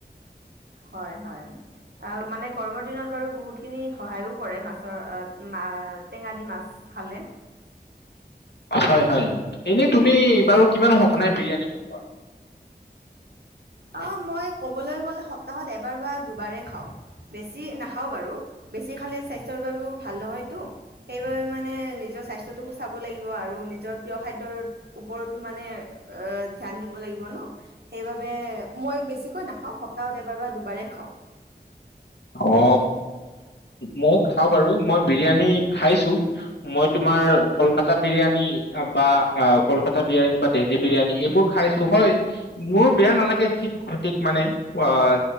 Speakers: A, on the right (about 65°); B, on the left (about 75°).
A: হয় হয় আৰু মানে গৰমৰ দিনত বাৰু বহুতখিনি সহায়ো কৰে মাছৰ মা টেঙাদি মাছ খালে।
B: হয় হয় এনেই তুমি বাৰু কিমান সঘনাই বিৰিয়ানীবোৰ খোৱা
A: অ মই ক'বলৈ গ'লে সপ্তাহত এবাৰ বা দুবাৰেই খাওঁ বেছি নাখাওঁ বাৰু বেছি খালে স্বাস্থ্যৰ বাবেও ভাল নহয়তো সেইবাবে মানে নিজৰ স্বাস্থ্যটো কো চাব লাগিব আৰু নিজৰ প্ৰিয় খাদ্যৰ উওপৰতো মানে ধ্যান দিব লাগিব ন সেইবাবে এ মই বেছিকৈ নাখাওঁ সপ্তাহত এবাৰ বা দুবাৰেই খাওঁ
B: অ মই খাওঁ বাৰু মই বিৰিয়ানী খাইছো মই তোমাৰ কলকাতাত বিৰিয়ানী তাৰ পৰা অঁ, কলকাতা বিৰিয়ানী বা দেলহী বিৰিয়ানী এইবোৰ খাইছোঁ হয়। মোৰ বেয়া নালাগে ঠিক সঠিক মানে, অঁ